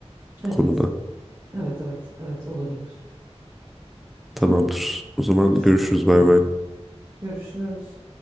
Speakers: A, on the right; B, in the centre.
A: Evet,
B: bu konuda.
A: evet, evet, evet olabilir.
B: Tamamdır.
A: Tamam,
B: O zaman
A: konuşuruz
B: görüşürüz.
A: o zaman.
B: Bay bay.
A: Görüşürüz.